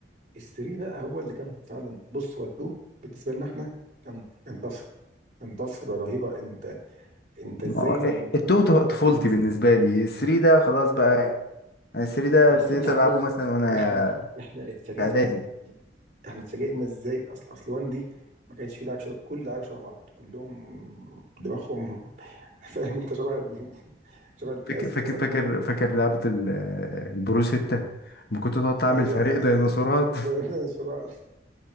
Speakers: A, on the right; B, on the left.
A: الثري بقى هو اللي كان فعلا بص هو التو بالنسبه لنا احنا كان كان طفره كان طفره رهيبه انت انت ازاي
B: ما هو
A: ال...
B: التو ط- طفولتي
A: إز...
B: بالنسبه لي الثري ده خلاص بقى يعني الثري ده
A: بس
B: ابتديت
A: انت عارف
B: العبه مثلا وانا
A: احنا احنا اتفاجئنا
B: في اعدادي
A: احنا اتفاجئنا ازاي اصل اصل وان دي ما كانش فيه لاعب شبه كل اللعيبه شبه بعض كلهم دماغهم <laughs> فاهم انت شبه ال- شبه القلقاسه
B: فاكر فاكر
A: كده
B: فاكر فاكر لعبة ال- البرو ستة لما كنت تقعد تعمل
A: ايوه
B: فريق
A: ما- <laughs>
B: ديناصورات <laughs>
A: بسرعه